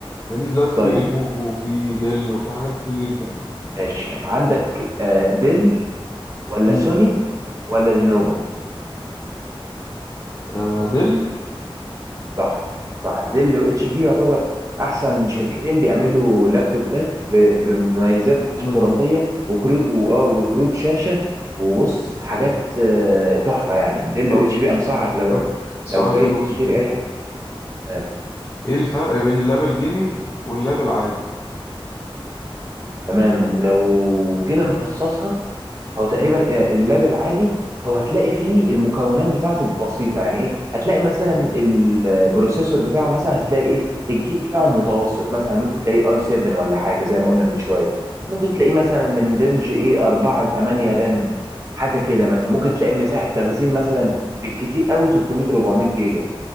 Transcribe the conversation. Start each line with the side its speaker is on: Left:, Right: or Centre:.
Left: لان دلوقتي
Right: طيب
Left: في لينوفو وفي ديل وفي حاجات كتير جدا يعني
Right: ماشي عندك آه، ديل ولا
Left: مم.
Right: سوني ولا لينوفو
Left: آه، ديل
Right: صح صح ديل واتش بي يعتبر احسن شركتين بيعملوا لابتوبات ب- بمميزات
Left: عمل
Right: خرافيه
Left: ويندوز
Right: وكروت واه وكروت شاشه وبص حاجات آه، تحفه يعني ديل
Left: طب
Right: واتش بي انصحك لو
Left: فك سؤال
Right: لو جاي
Left: حلو
Right: تشتري
Left: جدا
Right: اي حاجه تمام
Left: ايه الفرق بين اللاب الجيمنج واللاب العادي
Right: تمام لو جينا نفصصها هو تقريبا
Left: مم.
Right: آه، اللاب العادي هو هتلاقي فيه المكونات بتاعته بسيطة يعني ايه هتلاقي مثلا البروسيسور بتاعه مثلا هتلاقي ايه الجيل بتاعه متوسط مثلا ممكن تلاقيه اي 7 ولا حاجة زي ما قلنا من شوية ممكن
Left: مم.
Right: تلاقيه مثلا من رينج ايه 4 ل 8 رام حاجة
Left: مم.
Right: كده مثلا ممكن تلاقي مساحة تخزين مثلا بالكتير قوي 300 400 جيجا